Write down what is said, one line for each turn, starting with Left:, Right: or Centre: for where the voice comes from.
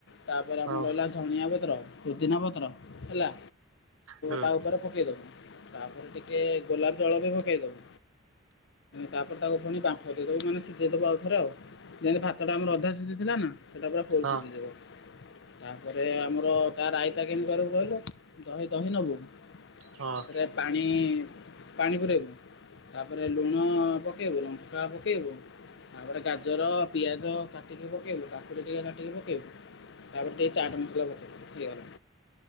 Left: ତାପରେ
Right: ହଁ
Left: ଆମର ରହିଲା ଧଣିଆ ବତ ତ୍ର ପୁଦିନା ପତ୍ର ହେଲା
Right: ହୁଁ
Left: ତା ଉପରେ ପକାଇଦବୁ ତାପରେ ଟିକେ ଗୋଲାପ ଜଳ ବି ପକେଇଦବୁ। ତାପରେ ତାକୁ ପୁଣୀ ବାମ୍ଫଦେଇଦବୁ ମାନେ ସିଝେଇଦବୁ ଆଉ ଥରେ ଆଉ ଯିମତି ଭାତ ତଟା ଆମର ଅଧା ସିଝି ଥିଲା ନା ସେଇଟା ପୁରା ଫୁଲ
Right: ହଁ
Left: ସିଝିଯିବ ତାପରେ ଆମର ତା ରାଇତା କେମିତି କରିବୁ କହିଲୁ ଦହି ଦହି ନେବୁ
Right: ହଁ
Left: ତା ପରେ ପାଣି ପାଣି ପୁରେଇବୁ ତାପରେ ଲୁଣ ପକେଇବୁ ଲଙ୍କା ପକେଇବୁ ତାପରେ ଗାଜର ପିଆଜ କାଟିକି ପକେଇବୁ କାକୁଡି ଟିକେ କାଟିକି ପକେଇବୁ ତାପରେ ଟିକେ ଚାଟ ମସଲା ପକେଇବୁ ହେଇଗଲା